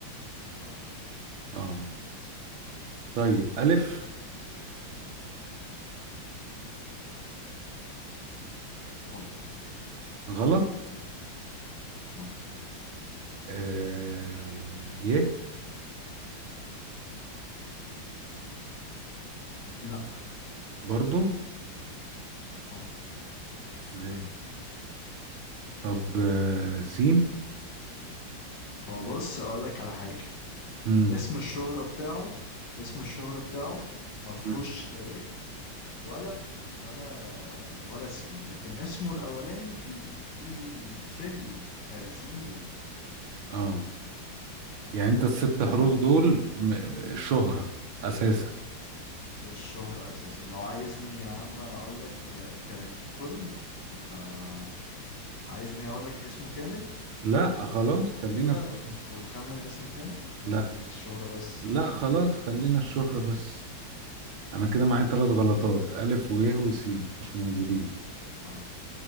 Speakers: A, on the left; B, on the right.
A: اه
B: اه طيب ألف
A: والله
B: غلط
A: اه
B: آه... ي
A: لا
B: برضو
A: اه
B: ازاي طب آه... سين
A: هو بص اقول لك على حاجه
B: مم.
A: اسم الشهره بتاعه اسم الشهره بتاعه ما فيهوش
B: مم.
A: لا ايه ولا ولا ولا سين لكن اسمه الاولاني في في سهوي آه سين ويه
B: اه يعني انت الست
A: تمام
B: حروف دول م... ب- الشهرة أساسا
A: الشهره اساسا لو عايزني يا عم اقول لك ك- ككل فعايزني اقول لك اسمه كامل
B: لا خلاص خلينا
A: وكده
B: في
A: وتخ-
B: اسم
A: وتخمن اسمه كامل ولا
B: لا
A: عايز الشهره بس
B: لا خلاص
A: ماشي
B: خلينا الشهرة بس أنا كده معايا
A: ماشي
B: ثلاث غلطات
A: يلا
B: ألف ويه وسين مش
A: اه
B: موجودين
A: اه